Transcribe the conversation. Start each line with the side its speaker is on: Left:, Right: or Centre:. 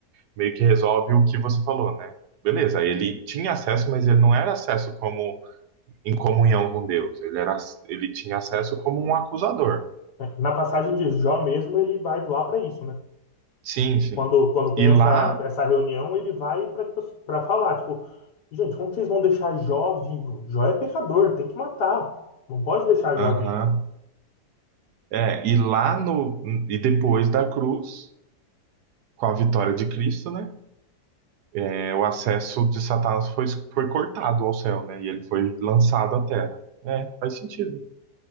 Right: meio que resolve o que você falou, né? Beleza, ele tinha acesso, mas ele não era acesso como em comunhão com Deus. Ele era, ele tinha acesso como um acusador.
Left: É, Na passagem de Jó mesmo, ele vai lá para isso, né?
Right: Sim, sim.
Left: quando, quando tem
Right: E
Left: essa,
Right: lá,
Left: essa reunião, ele vai para tipo, para falar, tipo, gente, como que vocês vão deixar Jó vivo? Jó é pecador, tem que matar. Não pode deixar Jó
Right: aham,
Left: vivo.
Right: é, e lá no e depois da cruz, com a vitória de Cristo, né? é, o acesso de Satanás foi foi cortado ao céu, né? E ele foi lançado à terra. É, faz sentido.